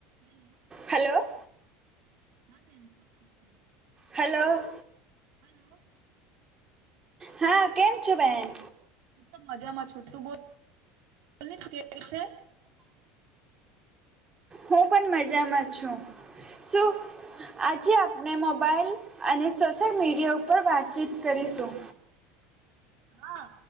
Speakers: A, on the right (about 60°); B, on the right (about 15°).
A: Hello
B: hello.
A: હા બેન, શું <unintelligible> <unintelligible>
B: હેલો.
A: હલો.
B: હા. કેમ છો બેહેન?
A: હું તો મજામાં છું, તું બોલ? લેને તું કેવી છે?
B: હું પણ મજામાં છું. શું આજે આપણે મોબાઈલ અને સોશિયલ મીડિયા ઉપર વાતચીત કરીશું.
A: હા.